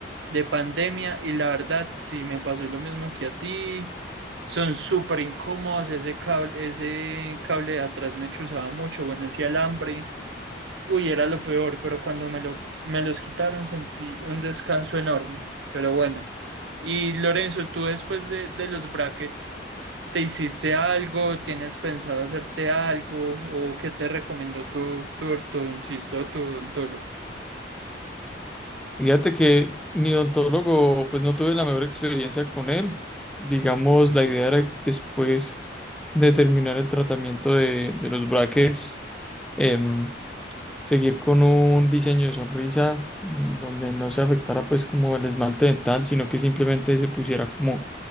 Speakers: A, on the right (about 80°); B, in the centre.
A: de pandemia, y la verdad, sí me pasó lo mismo que a ti. Son súper incómodos, ese cable, ese cable de atrás me chuzaba mucho, bueno, ese alambre, uy, era lo peor, pero cuando me lo, quis- me los quitaron sentí un descanso enorme, pero bueno. Y Lorenzo, tú después de, de los brackets, ¿te hiciste algo? ¿Tienes pensado hacerte algo? ¿O qué te recomendó tu, tu ortodoncista o tu odontólogo?
B: Fíjate que mi odontólogo, pues no tuve la mejor experiencia con él. Digamos, la idea era después de terminar el tratamiento de, de los brackets, em, seguir con un diseño de sonrisa mm, donde no se afectara pues como el esmalte dental, sino que simplemente se pusiera como